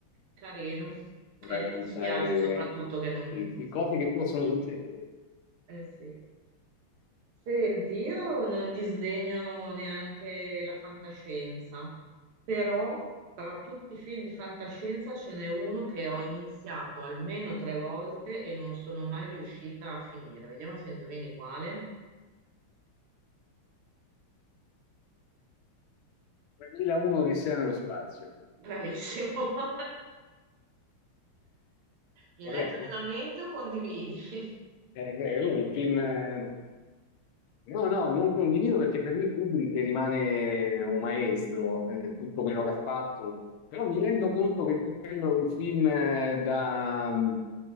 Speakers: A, on the right; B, on the left.
A: Carino.
B: raccontare,
A: E mi dispiace soprattutto che non...
B: e, e cose che possono succedere.
A: Eh sì. Senti, io non disdegno neanche la fantascienza, però tra tutti i film di fantascienza ce n'è uno che ho iniziato almeno tre volte e non sono mai riuscita a finire. Vediamo se indovini quale.
B: 2001 Odissea nello spazio,
A: Bravissimo. <laughs> Mi
B: corretto?
A: hai letto nella mente o condividi? <laughs>
B: Eh, beh, è un film eh, No, no, non condivido perché per me Kubrick rimane un maestro, eh, tutto quello che ha fatto, però mi rendo conto che quello è un film eh, da, mm,